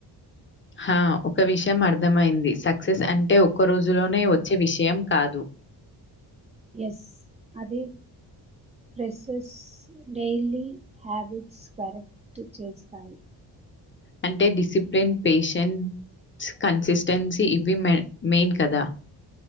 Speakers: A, on the left; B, on the right.
A: హ ఒక విషయం అర్థమైంది సక్సెస్ అంటే ఒక్క రోజులోనే వచ్చే విషయం కాదు
B: ఎస్ అది ప్రెసెస్ డైలీ హ్యాబిట్స్ కరెక్ట్ చేస్తాయి
A: అంటే డిసిప్లిన్ పేషెన్స్ కన్సిస్టెన్సీ ఇవి మెయిన్ కదా